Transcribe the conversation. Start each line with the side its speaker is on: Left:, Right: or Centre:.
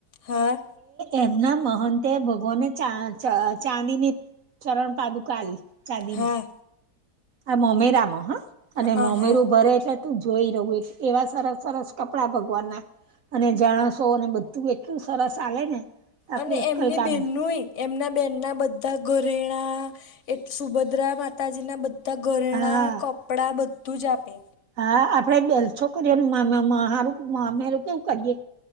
Left: હા.
Right: એમના મહંતે ભગવાનને ચ ચા ચાંદીની ચરણ પાદુકા આપી, ચાંદીની
Left: હા
Right: આ મામેરામાં, હા. અને
Left: હા
Right: મામેરું
Left: હા
Right: ભરે છે. તું જોઈ રહ્યો ને, એવા સરસ સરસ કપડાં ભગવાનના. અને જમણવાર અને બધું એટલું સરસ ચાલે ને. આપડી
Left: અને
Right: અક્કલ
Left: એમની
Right: કામ
Left: બહેનનુંય.
Right: ના.
Left: એમની બહેનના બધા ઘરેણાં, એ સુભદ્રા માતાજીના બધા તો ઘરેણાં,
Right: હા
Left: કપડાં, બધું જ આપે.
Right: હા, આપણે ખર્ચો કરીએ. મામા, સારું મામેરું કેવું કરીએ,